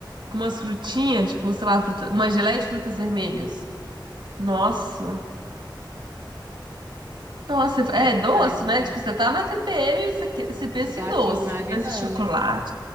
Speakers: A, on the right; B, on the right.
A: Com umas frutinhas, tipo, sei lá, fruta- uma geleia de frutas vermelhas. Nossa. Nossa, é
B: verdade,
A: doce, né?
B: viu?
A: Tipo, você tá na TPM, você, quer- você pensa
B: Nossa, eu tô
A: em
B: aqui
A: doce.
B: imaginando.
A: Você pensa em chocolate.